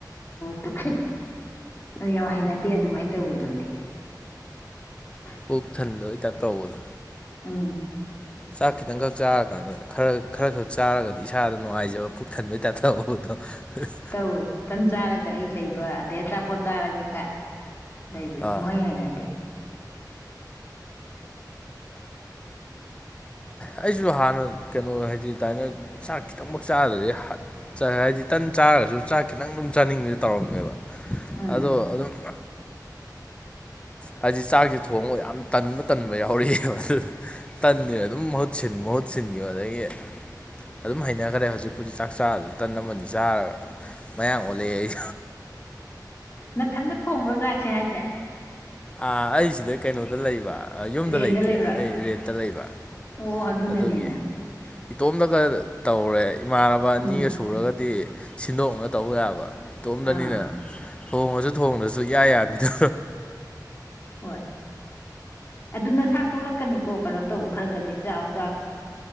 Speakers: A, on the left; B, on the left.
A: ꯗꯨꯀꯤ ꯌꯥꯝ ꯍꯩꯅꯗꯦ ꯑꯗꯨꯃꯥꯏ ꯇꯧꯕꯗꯣ ꯑꯩꯗꯤ <inaudible>
B: ꯄꯨꯛ ꯊꯟꯗꯕꯩ ꯇꯥꯏꯞ ꯇꯧꯕꯗꯣ
A: ꯎꯝ
B: ꯆꯥꯛ ꯈꯤꯇꯪꯈꯛ ꯆꯥꯔꯀꯥꯟꯗ ꯈꯔ ꯈꯔ ꯈꯛ ꯆꯥꯔꯒꯗꯤ ꯏꯁꯥꯗ ꯅꯨꯡꯉꯥꯏꯖꯕ ꯄꯨꯠꯊꯟꯕꯩ ꯇꯥꯏꯞ ꯇꯧꯕꯗꯣ <unintelligible>
A: ꯇꯧꯋꯦ ꯇꯟ ꯆꯥꯔꯒ ꯑꯩ ꯂꯩꯕ ꯑꯗꯩ ꯑꯆꯥꯄꯣꯠ ꯆꯥꯔꯒ ꯀꯩꯀꯥ ꯂꯩꯕ
B: ꯑꯥ
A: ꯁꯨꯡꯍꯩ ꯍꯩꯅꯗꯦ
B: ꯑꯩꯁꯨ ꯍꯥꯟꯅ ꯀꯩꯅꯣ ꯍꯥꯏꯗꯤ ꯇꯥꯏꯅ ꯆꯥꯛ ꯈꯤꯇꯪꯃꯛ ꯆꯥꯗ꯭ꯔꯗꯤ ꯍꯥꯏꯗꯤ ꯇꯟ ꯆꯥꯔꯒꯁꯨ ꯆꯥꯛ ꯈꯤꯇꯪ ꯑꯗꯨꯝ ꯆꯥꯅꯤꯡꯕꯁꯦ ꯇꯧꯔꯝꯃꯦꯕ
A: ꯎꯝ
B: ꯑꯗꯣ ꯑꯗꯨꯝ ꯍꯥꯏꯗꯤ ꯆꯥꯛꯁꯤ ꯊꯣꯡꯕ ꯌꯥꯝ ꯇꯟꯕ ꯇꯟꯕ ꯌꯥꯎꯔꯛꯏꯕ ꯑꯗꯨ ꯇꯟꯁꯤꯅ ꯑꯗꯨꯝ ꯃꯍꯨꯠ ꯁꯤꯟꯃꯣꯠ ꯁꯤꯟꯈꯤꯕꯗꯒꯤ ꯑꯗꯨꯝ ꯍꯩꯅꯒ꯭ꯔꯦ ꯍꯧꯖꯤꯛꯄꯨꯗꯤ ꯆꯥꯛ ꯆꯥꯗ꯭ꯔꯖꯨ ꯇꯟ ꯑꯃ ꯑꯅꯤ ꯆꯥꯔꯒ ꯃꯌꯥꯡ ꯑꯣꯜꯂꯦꯍꯦ ꯑꯩ
A: ꯅꯥꯊꯟꯗ ꯊꯣꯡꯕ꯭ꯔꯣ ꯆꯥꯛꯁꯦ ꯍꯥꯏꯖꯦ
B: ꯑ ꯑꯩꯁꯤꯗ ꯀꯩꯅꯣꯗ ꯂꯩꯕ ꯌꯨꯝꯗ
A: ꯔꯦꯟꯗ
B: ꯂꯩꯇꯦ
A: ꯂꯩꯕ꯭ꯔꯣ
B: ꯑꯩ ꯔꯦꯟꯇ ꯂꯩꯕ
A: ꯑꯣ ꯑꯗꯨꯅꯅꯦꯅ
B: ꯑꯗꯨꯒꯤ ꯏꯇꯣꯝꯇꯒ ꯇꯧꯔꯦ ꯏꯃꯥꯟꯅꯕ ꯑꯅꯤꯒ
A: ꯎꯝ
B: ꯁꯨꯔꯒꯗꯤ ꯁꯤꯟꯗꯣꯛꯅꯔꯒ ꯇꯧꯕ ꯌꯥꯕ ꯏꯇꯣꯝꯗꯅꯤꯅ
A: ꯑꯥ
B: ꯊꯣꯡꯉꯁꯨ ꯊꯣꯡꯗ꯭ꯔꯁꯨ ꯏꯌꯥ ꯌꯥꯕꯤꯗ
A: ꯍꯣꯏ ꯑꯗꯨ ꯅ ꯁꯥꯥ ꯁꯣꯛꯂꯛꯀꯅꯤꯀꯣ ꯀꯩꯅꯣ ꯇꯧ ꯈꯔ ꯈꯗꯤ ꯆꯥꯛ ꯆꯥꯛ